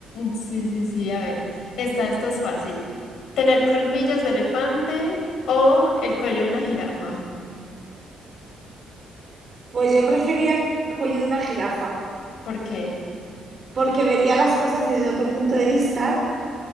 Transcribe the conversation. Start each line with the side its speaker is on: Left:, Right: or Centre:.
Left: Sí, sí, sí, a ver. Esta, esta es fácil. ¿Tener colmillos de elefante o el cuello de una jirafa?
Right: Pues yo prefería el cuello de una jirafa,
Left: ¿Por qué?
Right: porque vería las cosas desde otro punto de vista